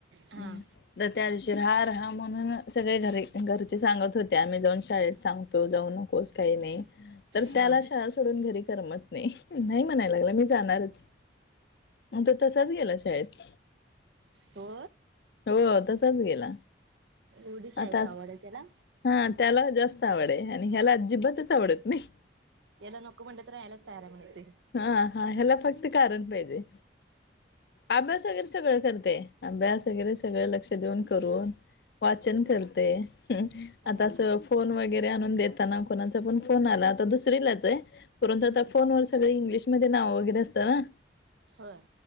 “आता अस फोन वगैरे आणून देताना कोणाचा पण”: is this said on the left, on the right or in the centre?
Left